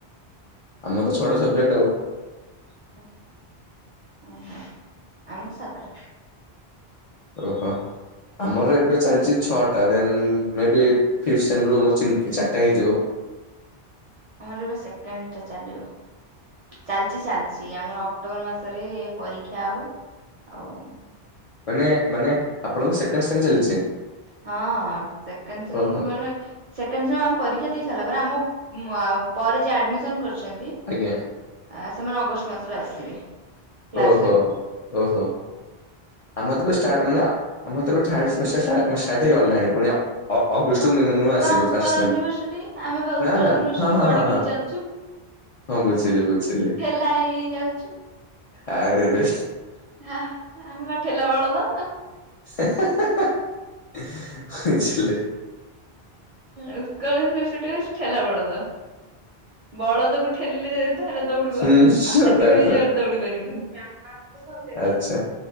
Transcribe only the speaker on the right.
ଛ ଟା ଓହୋ ଆମର ତ ସାତଟା।
ଆମର ଏବେ ସେକେଣ୍ଡ ଟା ଚାଲିବ। ଚାଲିଛି ଚାଲିଛି ଆମର ଅକ୍ଟୋବର ମାସରେ ପରୀକ୍ଷା ହବ ଆଉ।
ହଁ ସେକେଣ୍ଡ ସେମ୍
ମାନେ। ସେକେଣ୍ଡ ସେମ୍ ଆମେ ପରୀକ୍ଷା ଦେଇ ସାରିଲା ପରେ ଆମ ଆ ପରେ ଯିଏ ଆଡମିସନ କରିଛନ୍ତି।
ଆ ସେମାନେ ଅଗଷ୍ଟ ମାସରୁ ଆସିବେ। କ୍ଲାସ
କରିବେ
ତ
ବା ଉତ୍କଳ
ୟୁନିଭରସିଟି ଆମେ ବା ଉତ୍କଳ
ୟୁନିଭରସିଟି
ଗଡି
ଗଡି
ଚାଲିଛୁ
କାଈ ହେଇ ଯାଉଛିୁ।
ଆହା ଆମେ ବା ଠେଲା ବଳଦ।
ଉତ୍କଳ ସେଠି ଠେଲା ବଳଦ ବଳଦକୁ ଠେଲିଲେ। ହେଲେ ଦୌଡିବ
ଆମେ ସେତିକି ବି
ଯୋରେ ଦୌଡି ପାରିବୁନି।